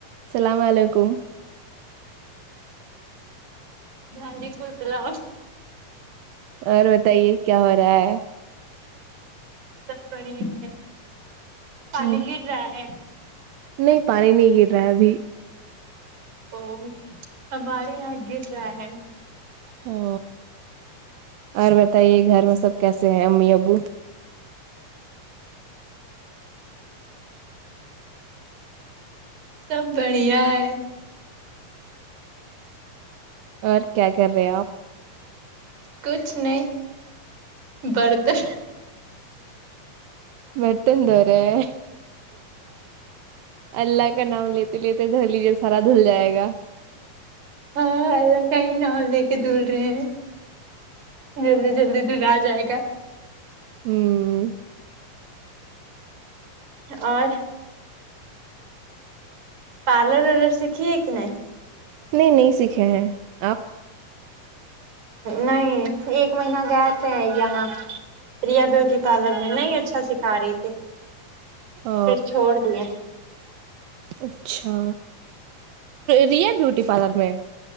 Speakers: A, on the right (about 85°); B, on the right (about 60°).
A: السلام علیکم
B: وعلیکم السلام
A: اور بتائیے کیا ہو رہا ہے
B: سب بڑھیا ہے پانی
A: ہ
B: گر رہا ہے
A: نہیں پانی نہیں گر رہا ہے ابھی
B: او ہمارے یہاں گر رہا ہے
A: او اور بتائیے گھر میں سب کیسے ہیں امی ابو
B: سب بڑھیا ہے
A: اور کیا کر رہے ہیں آپ
B: کچھ نہیں برتن
A: برتن دھو رہیں ہیں اللہ کا نام لیتے لیتے دھو لیجیے سارا دھل جائے گا
B: ہاں اللہ کا ہی نام لے کے دھول رہے ہیں جلدی جلدی دھل جائے گا
A: ہمم
B: اور پارلر ورلر سیکھی ہے کی نہیں
A: نہیں نہیں سیکھے ہیں آپ
B: نہیں ایک مہینہ گئے تھے یہاں ریا بیوٹی پالر نے نہیں اچھا سکھا رہی تھی
A: او
B: پھر چھوڑ دیے
A: اچھا ریا بیوٹی پارلر میں